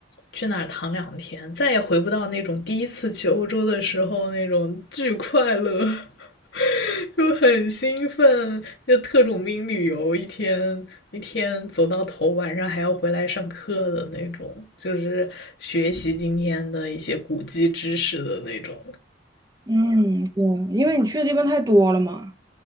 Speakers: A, on the left; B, on the right.
A: 去哪儿躺两天，再也回不到那种第一次去欧洲的时候那种巨快乐，<laughs> 就很兴奋，就特种兵旅游一天一天走到头，晚上还要回来上课的那种，就是学习今天的一些古籍知识的那种。
B: 嗯，对，因为你去的地方太多了嘛，